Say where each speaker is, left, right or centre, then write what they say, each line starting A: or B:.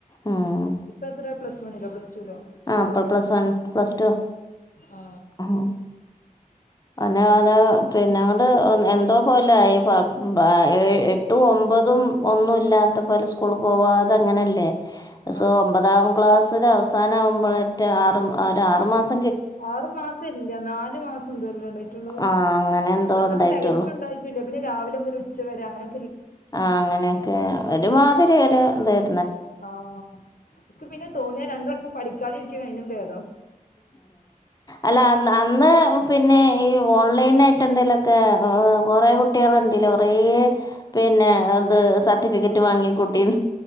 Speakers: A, on the left; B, on the left.
A: ഉം
B: ഇപ്പെ ത്ത്രേ പ്ലസ് വണ്ണിലോ പ്ലസ് ടുലോ
A: ആഹ് പ്പൊ plus
B: two
A: one plus two
B: ആ
A: ഉം ആനേ <unintelligible> <unintelligible> ആ പിന്നെ ങ്ങട്ട് എന്തോ പോല ആയി പ്പൊ എ ഏഴ് എട്ടും ഒമ്പതും ഒന്നു ന്നുല്ലാത്ത പോല സ്കൂള് പോവാതെ അങ്ങനല്ലേ
B: ആ
A: സോ ഒമ്പതാം ക്ലാസ്സില് അവസാന ആവുമ്പോഴെറ്റ ആറ് ഒരാറുമാസ്
B: ആറു മാസ ഇല്ല നാല് മാസം ന്തോ അല്ലേ ള്ളായ്റ്റ്ള്ളൂ
A: ആ അങ്ങനെ എന്തോ
B: അവ്ന്നാസ്
A: ഉണ്ടായിട്ടുള്ളൂ
B: തെകച്ചുണ്ടൊ റ്റില്ല പിന്ന രാവില മുതല് ഉച്ച വരെ അങ്ങനൊ
A: ആഹ് അങ്ങനൊക്കെ ഒരുമാതിരി ഒരു താര്
B: ആഹ് ഇക്ക് പിന്നെ തോന്നി രണ്ട് വർഷം പഠിക്കാതിരിക്ക്‌ന്ന അയ്നും ഭേദം
A: അല്ല അന്ന് പിന്നെ ഈ ഓൺലൈൻ ആയ്റ്റ് എന്തെലൊക്കെ കൊറേ കുട്ട്യാള് ണ്ടില്ലേ കൊറേ പിന്നെ ഇത് സർട്ടിഫിക്കറ്റ് വാങ്ങി കുട്ടിണ്